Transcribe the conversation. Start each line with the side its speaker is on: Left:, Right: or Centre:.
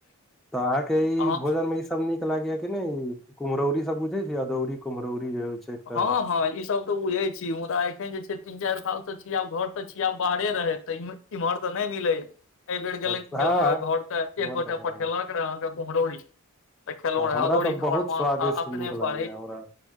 Centre: तऽ अहाँके ई
Left: अहाँ
Centre: भोजन मे ई सब नीक लागे या कि नहि ई कुमहरौरी सब बुझे छै अदौरी कुमरौरी जे होइ छै एकटा
Left: हँ हँ ई सब तऽ बुझे छी मुदा एखन जे छै तीन चारि साल त छीय आब घर ते छीय आब बाहरे रहै तैमे इम्हर त नहि मिलैय बेर
Centre: हँ
Left: गेलों रह घर त
Centre: उमहर
Left: एक गोटा
Centre: के तऽ
Left: पठेलक करग अहाके कुमहरोरी ए खेलौ
Centre: हाँ,
Left: रहै
Centre: हमरा
Left: अदोरी
Centre: तऽ
Left: त
Centre: बहुत
Left: हमर माँ
Centre: स्वादिष्ट
Left: आ आपने
Centre: नीक लागैया
Left: पढ़े
Centre: हमरा